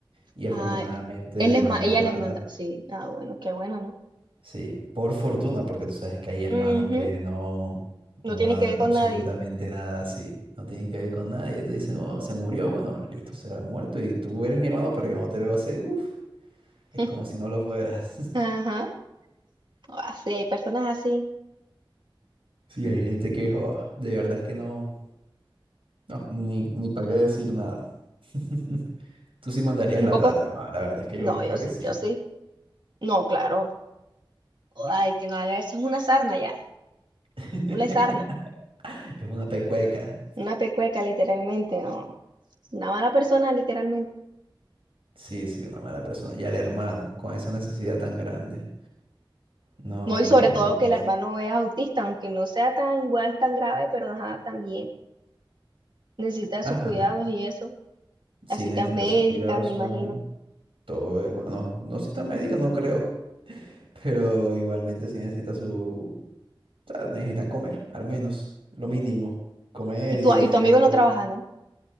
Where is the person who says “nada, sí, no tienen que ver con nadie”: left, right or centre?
Right